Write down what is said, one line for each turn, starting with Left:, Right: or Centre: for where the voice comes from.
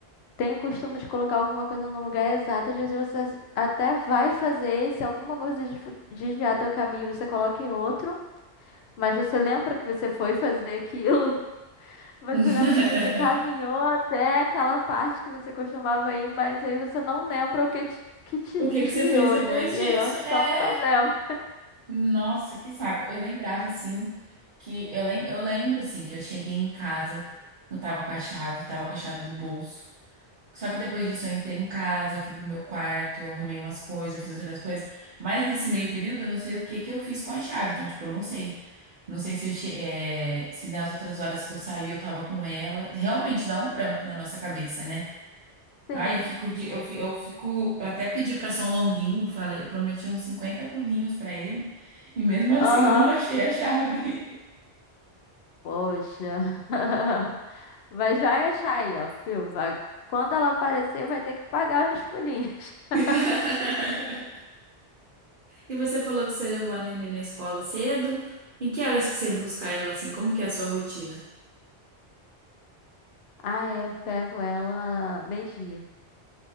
Left: tem o costume de colocar alguma coisa no lugar exato, às vezes você até vai fazer, e se alguma coisa desvi- desviar teu caminho, você coloca em outro, mas você lembra que você foi fazer <laughs> aquilo. Você
Right: <laughs>
Left: lembra que você caminhou até aquela parte que você costumava ir, mas aí você não lembra o que te, que te
Right: O que
Left: desviou,
Right: que você fez depois
Left: né? E
Right: disso?
Left: aí é onde
Right: É,
Left: tá o problema.
Right: nossa, que saco. Eu lembrava assim que eu, lem eu lembro assim que eu cheguei em casa, eu tava com a chave, tava com a chave no bolso. Só que depois disso eu entrei em casa, eu fui pro meu quarto, eu arrumei umas coisas, eu fiz outras coisas. Mas nesse meio período eu não sei o que que eu fiz com a chave. Então, tipo, eu não sei. Não sei se eu che é, se nas outras horas que eu saí eu tava com ela. Realmente dá um branco na nossa cabeça, né?
Left: <laughs> Sim.
Right: Ai, eu fico de, eu, fi- eu fico, eu até pedi pra só um longuinho, falei, eu prometi uns 50 pulinhos pra ele, e mesmo assim
Left: Aham.
Right: eu não <laughs> achei a chave.
Left: Poxa. <laughs> Mas já ia achar aí, ó, fio. Vai- Quando ela aparecer, vai ter que pagar os pulinhos. <laughs>
Right: <laughs> E você falou que você levou a Nenê na escola cedo. Em que horas que você busca ela assim? Como que é a sua rotina?
Left: Ah, é, eu pego ela meio-dia.